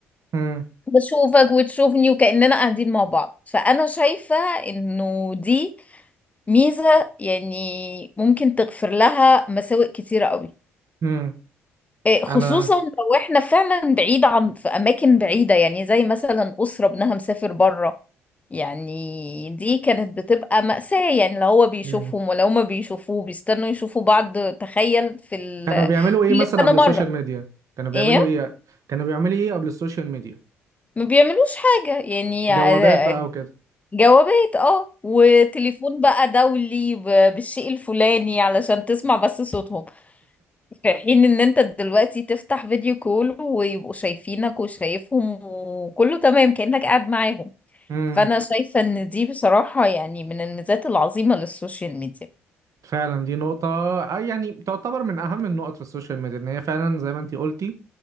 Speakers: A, on the right; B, on the left.
A: امم
B: بشوفك وتشوفني وكأننا قاعدين مع بعض فانا شايفة انه دي ميزة يعني ممكن تغفر لها مساوئ كتيرة قوي
A: امم
B: إيه، خصوصا
A: أنا
B: لو احنا فعلا بعيد عن في اماكن بعيده يعني زي مثلا اسره ابنها مسافر بره يعني دي كانت بتبقى مأساة يعني لو هو بيشوفهم
A: امم
B: ولو ما بيشوفوه بيستنوا يشوفوا بعض تخيل في ال...
A: كانوا بيعملوا إيه
B: كل
A: مثلا
B: سنه
A: قبل
B: مره
A: السوشيال ميديا؟ كانوا بيعملوا
B: ايه
A: إيه؟ كانوا بيعملوا إيه قبل السوشيال ميديا؟
B: ما بيعملوش حاجه يعني
A: جوابات
B: ع-
A: بقى وكده
B: جوابات اه وتليفون بقى دولي ب- بالشيء الفلاني علشان تسمع بس صوتهم في حين ان انت دلوقتي تفتح فيديو كول ويبقوا شايفينك وشايفهم وكله تمام كأنك قاعد معاهم
A: <laughs>
B: فانا شايفة ان دي بصراحة يعني من الميزات العظيمة للسوشيال ميديا
A: فعلا دي نقطة آه، يعني تعتبر من أهم النقط في السوشيال ميديا إن هي فعلا زي ما أنتي قلتي